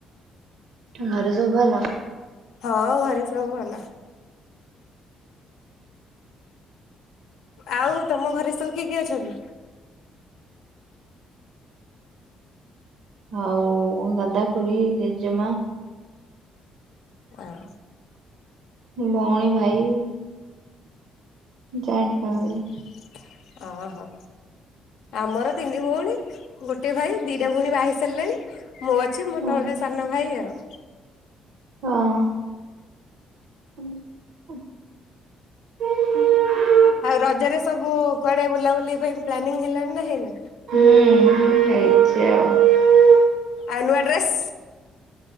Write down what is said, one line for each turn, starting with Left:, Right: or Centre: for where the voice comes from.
Right: ଘରେ ସବୁ ଭଲ?
Left: ହଁ ଘରେ ସବୁ ଭଲ। ଆଉ ତମ ଘରେ ସବୁ କିଏ କିଏ ଅଛନ୍ତି?
Right: ଆଉ ଦାଦା ଖୁଡି ଜେଜେମା
Left: ଆଁ
Right: ଭଉଣୀ ଭାଇ ଜଏଣ୍ଟ ଫ୍ୟାମିଲି
Left: ହଁ ଓହୋ। ଆମର ତିନି ଭଉଣୀ ଗୋଟେ ଭାଇ ଦିଟା ଭଉଣୀ ବାହାହେଇ ସାରିଲେଣି। ମୁଁ ଅଛି ମୁଁ
Right: ହଁ
Left: ତଳେ ସାନ ଭାଇ ଆଉ।
Right: ହଁ। <unintelligible>
Left: ଆଉ ରଜରେ ସବୁ କୁଆଡ଼େ ବୁଲାବୁଲି ପାଇଁ ପ୍ଲାନିଂ ହେଲାଣିନା ହେଇନି?
Right: ହୁଁଁ ହେଇଚି ଆଉ।
Left: ଆଉ ନୂଆ ଡ୍ରେସ୍